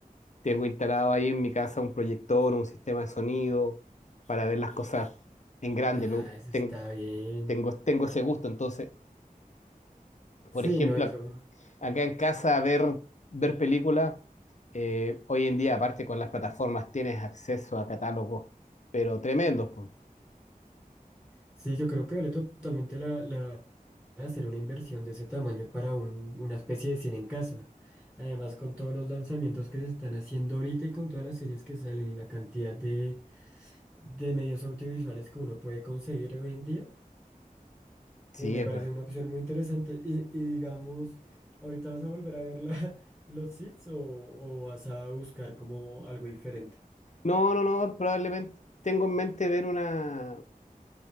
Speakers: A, on the left; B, in the centre.
A: tengo instalado ahí en mi casa un proyector, un sistema de sonido para ver las cosas en grande.
B: Ah,
A: Me gu-
B: eso está
A: ten-
B: bien.
A: tengo, tengo ese gusto. Entonces,
B: Sí,
A: por ejemplo,
B: no, eso.
A: ac- acá en casa ver, ver películas, eh, hoy en día, aparte con las plataformas, tienes acceso a catálogos, pero tremendos. pues.
B: Sí, yo creo que vale totalmente la, la hacer una inversión de ese tamaño para un- una especie de cine en casa. Además, con todos los lanzamientos que se están haciendo ahorita y con todas las series que salen y la cantidad de, de medios audiovisuales que uno puede conseguir hoy en día.
A: Sí,
B: Me, me
A: es
B: parece
A: verdad.
B: una opción muy interesante. Y, y digamos, ¿ahorita vas a volver a ver la- <laughs> los seeds o, o vas a buscar como algo diferente?
A: No, no, no, probablemente tengo en mente ver una,